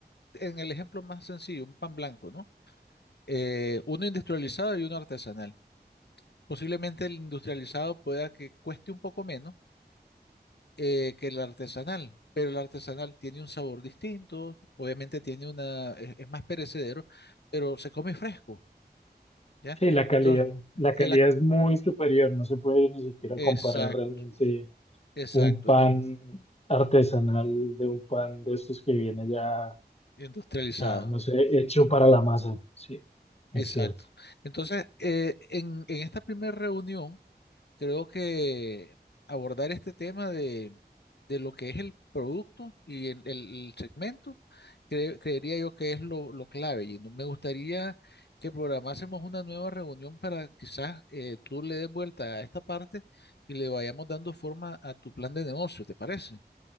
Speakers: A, on the left; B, on the left.
A: en el ejemplo más sencillo, un pan blanco, ¿no? Eh, uno industrializado y uno artesanal. Posiblemente el industrializado pueda que cueste un poco menos eh, que el artesanal, pero el artesanal tiene un sabor distinto, obviamente tiene una, es es más perecedero, pero se come fresco. ¿ya?
B: Sí, la calidad,
A: Entonces,
B: la
A: el,
B: calidad es muy superior, no se puede ni siquiera
A: exacto,
B: comparar realmente
A: exacto,
B: un pan artesanal de un pan de estos que viene ya,
A: industrializado,
B: ah, no sé, hecho para la masa. Sí,
A: exacto.
B: es cierto.
A: Entonces, eh, en, en esta primera reunión, creo que abordar este tema de, de lo que es el producto y el, el- el segmento, cre- creería yo que es lo, lo clave. Y no- me gustaría que programásemos una nueva reunión para quizás eh, tú le des vuelta a esta parte y le vayamos dando forma a tu plan de negocio, ¿te parece?